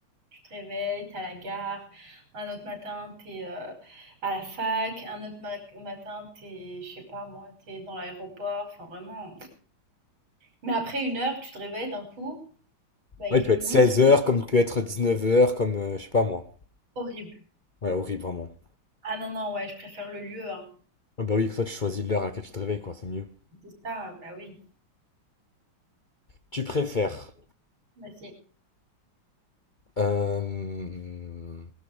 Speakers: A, on the right (about 70°); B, on the left (about 50°).
A: Tu te réveilles, t'es à la gare, un autre matin t'es euh, à la fac, un autre ma- matin t'es, je sais pas moi, t'es dans l'aéroport, enfin vraiment. Mais après une heure, tu te réveilles d'un coup, bah il
B: Ouais, il peut
A: est
B: être seize
A: midi,
B: heures, comme il peut être dix-neuf heures, comme euh, je sais pas moi.
A: horrible.
B: Ouais, horrible, vraiment.
A: Ah non, non, ouais, je préfère le lieu, hein.
B: Ah bah oui, comme ça tu choisis l'heure à laquelle tu te réveilles, quoi, c'est mieux.
A: C'est ça, bah oui.
B: Tu préfères
A: Vas-y.
B: euh,